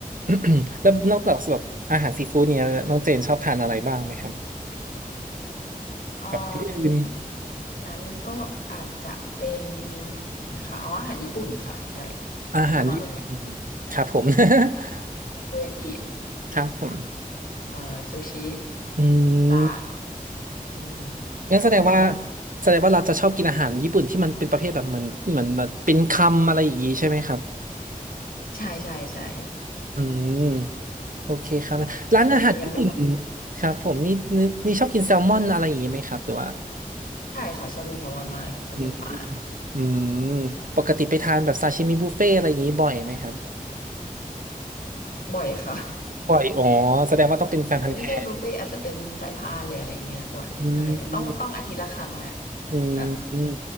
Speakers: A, on the right; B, on the left.
A: <coughs> แล้วนอกจากแบบอาหารซีฟู้ดเนี่ยน้องเจนชอบทานอะไรบ้างไหมครับ
B: อื
A: แบบอื่น
B: มนั้นก็อาจจะเป็นนะคะเอาอาหารญี่ปุ่นค่ะใช่
A: อาหารญี่ปุ่น
B: ชอบมากเลยอะ
A: ครับผม <laughs>
B: ทาโกยากิ
A: ครับผม
B: เอ่อซูชิ
A: อื
B: ปลา
A: ม
B: อืม
A: งั้นแสดงว่า
B: อะไรยาก
A: แสดงว่าเราจะชอบกินอาหารญี่ปุ่นที่มันเป็นประเภทแบบเหมือนเหมือนแบบเป็นคำอะไรอย่างนี้ใช่ไหมครับ
B: ใช่ใช่ใช่
A: อืมโอเคครับร้านอาหารญี่ปุ่น
B: ตัวเองยังไม่ทันรู้
A: ครับผมนี่นี่นี่ชอบกินแซลมอนอะไรอย่างนี้ไหมครับหรือว่า
B: ใช่ค่ะชอบกินแซลมอนมากชอบกินปลา
A: อืมอืมปกติไปทานแบบซาชิมิบุฟเฟ่อะไรอย่างนี้บ่อยไหมครับ
B: บ่อยค่ะ
A: บ่อยอ๋อแสดงว่าต้องเป็นแฟนพันธุ์แท้
B: <laughs> อาจจะไม่ใช่บุฟเฟ่ต์อาจจะเป็นสายพานหรืออะไรอย่างเงี้ยบ่อยใช่ต้องต้องอาทิตย์ละครั้งอ่ะ
A: อืมอืมอืม
B: แบบ